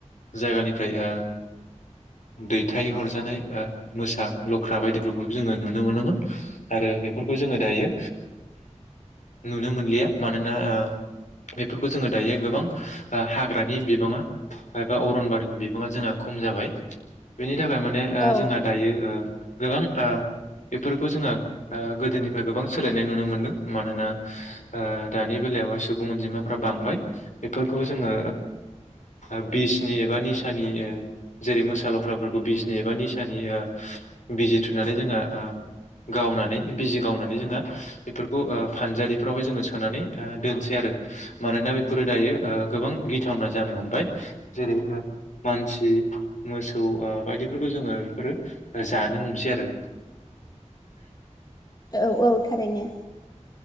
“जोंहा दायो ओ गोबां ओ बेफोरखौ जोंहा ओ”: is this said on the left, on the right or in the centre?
Left